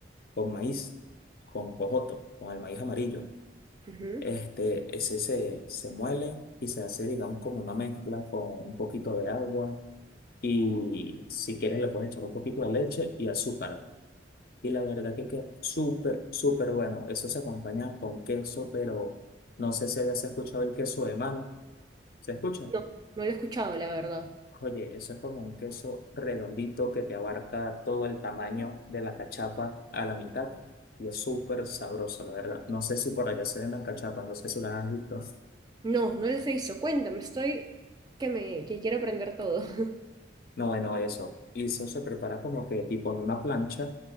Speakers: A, on the left (about 55°); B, on the right (about 20°).
A: con maíz, con jojoto, con el maíz amarillo.
B: Ujú.
A: Este, ese se, se muele y se hace, digamos, como una mezcla con un poquito de agua. Y si quieres, le puedes echar un poquito de leche y azúcar. Y la verdad que queda súper, súper bueno. Eso se acompaña con queso, pero no sé si has escuchado el queso de mano. ¿Se escucha?
B: No, no lo he escuchado, la verdad.
A: Oye, eso es como un queso redondito que te abarca todo el tamaño de la cachapa a la mitad. Y es súper sabroso, la verdad. No sé si por allá se vendan cachapas, no sé si las has visto.
B: No, no les he visto. Cuéntame, estoy que me que quiero aprender todo. <laughs>
A: No, bueno, eso. Y eso se prepara como que tipo en una plancha,